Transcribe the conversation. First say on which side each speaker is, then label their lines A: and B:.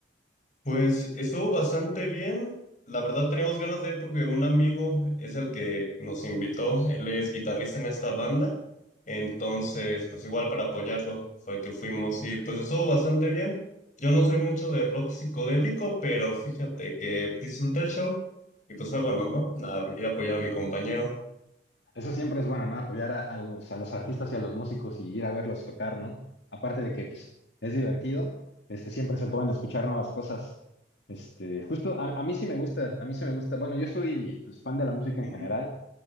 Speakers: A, on the left; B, on the left.
A: Pues estuvo bastante bien. La verdad teníamos ganas de ir porque un amigo es el que nos invitó. Él es guitarrista en esta banda. Entonces, pues igual para apoyarlo fue que fuimos y pues estuvo bastante bien. Yo no soy mucho de rock psicodélico, pero fíjate que disfruté el show y pues fue bueno, ¿no? Nada, ir a apoyar a mi compañero.
B: Eso siempre es bueno, ¿no? Apoyar a, a los, a los artistas y a los músicos y ir a verlos tocar, ¿no? Aparte de que, pues, es divertido, este, siempre se pueden escuchar nuevas cosas. Este, justo a, a mí sí me gusta, a mí sí me gusta. Bueno, yo soy, pues, fan de la música en
A: Ujú.
B: general.